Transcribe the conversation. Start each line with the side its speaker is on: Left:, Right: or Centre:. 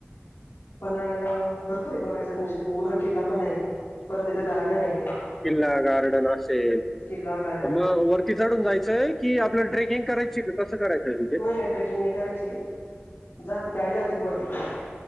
Left: पन्हाळ्याला, भरपूर आहे बघायं सारखं. म्हणजे पूर्ण किल्ला पण आहे. परत तिथं, गार्डन आहे.
Centre: किल्ला, गार्डन. पण असेल.
Left: किल्ला गार्डन
Centre: मग,
Left: आहे
Centre: वरती चढून जायचंय की आपल्याला ट्रेकिंग करायची? कसं करायचंय तिथे?
Left: नाही नाही ट्रेकिंग नाही करायचंय जात गाडी जाते वरती पण